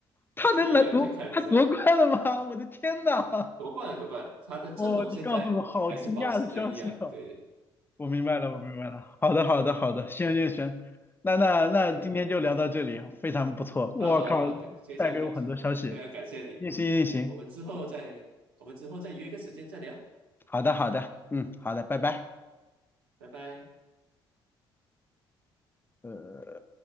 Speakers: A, on the left; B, on the right.
A: 他能拿夺他夺冠了吗？
B: 你应该去看一下，
A: <laughs> 我的天呐！
B: 夺冠了夺冠了，他的阵容现在还是保持着一样，
A: 哦，你告诉我好惊讶的消息哦！
B: 对对
A: 我明白了，我明白了。好的，好的，好的，行行行，那那那今天就聊到这里，
B: 对，
A: 非常不错。我靠，
B: 啊，感非常感谢，
A: 带给我很多消息。
B: 非常感谢你，
A: 运行运行，
B: 嗯，我们之后再我们之后再约一个时间再聊，
A: 好的好的，嗯，好的，拜拜。
B: 嗯，拜拜。
A: 呃。